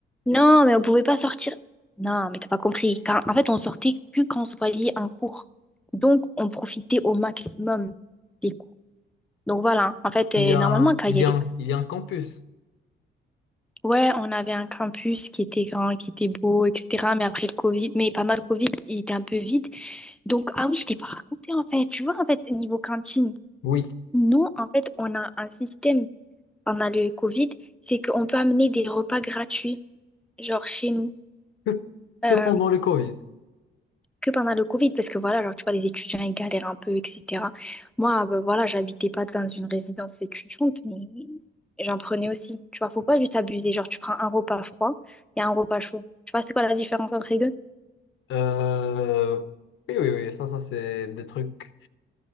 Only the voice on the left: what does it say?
Il y a
un,
il
y
a un,
il y a un campus.
Oui.
Que,
que pendant le Covid.
Euh, oui, oui, oui. Ça, ça, c'est des trucs